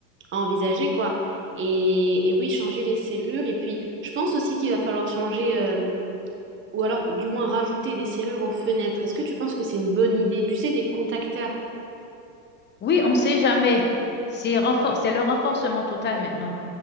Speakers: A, on the right (about 25°); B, on the left (about 25°).
A: à envisager, quoi. Et, et oui, changer les serrures. Et puis, je pense aussi qu'il va falloir changer. euh, ou alors du moins rajouter des serrures aux fenêtres. Est-ce que tu penses que c'est une bonne idée? Tu sais, des contacteurs.
B: Oui, on ne sait jamais. C'est renfor- c'est le renforcement total maintenant.